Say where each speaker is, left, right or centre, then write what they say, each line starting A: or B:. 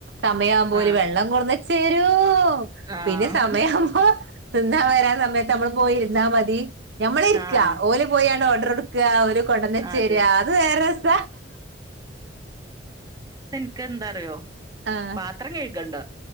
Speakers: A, on the right (about 65°); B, on the right (about 20°).
A: സമയാവുമ്പോ ഓല്
B: ആഹ്
A: വെള്ളം കൊടന്ന് <unintelligible>
B: ആഹ്
A: പിന്നെ സമയാ വുമ്പോ തിന്നാ വരാ സമയത്ത് മ്മള് പോയിരിന്നാ മതി ഞമ്മളിരിക്ക
B: ആഹ്
A: ഓല് പോയാണ്ട് ഓഡർടുക്ക കൊടന്നച്ചരാ
B: അതെ
A: അത് വേറെ രസ
B: ക്ക് ന്താറിയോ
A: ആഹ്
B: പാത്രം കഴികണ്ട